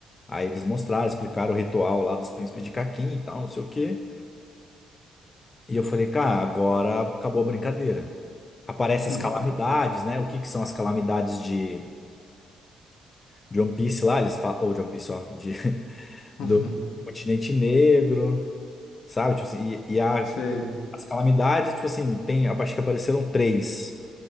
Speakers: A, on the left; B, on the left.
A: Aí eles mostraram, explicaram o ritual lá dos príncipes de Kakin e tal, não sei o quê. E eu falei, cara, agora acabou a brincadeira. Aparecem as
B: Hum.
A: calamidades, né? O que que são as calamidades de, de One Piece lá? Eles falam, ou de One Piece, ó, de, <laughs>
B: <laughs>
A: do continente negro, sabe? Tipo assim, e, e a-
B: Sei.
A: as calamidades, tipo assim, tem, acho que apareceram três.